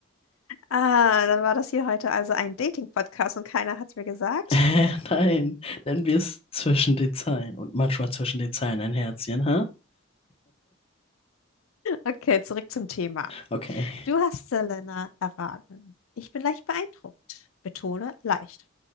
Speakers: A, on the left; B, on the left.
A: Ah, dann war das hier heute also ein Dating-Podcast und keiner hat es mir gesagt.
B: Äh, nein, nennen wir es zwischen den Zeilen und manchmal zwischen den Zeilen ein Herzchen, ha?
A: Okay, zurück zum Thema.
B: Okay.
A: Du hast Selena erraten. Ich bin leicht beeindruckt. Betone leicht.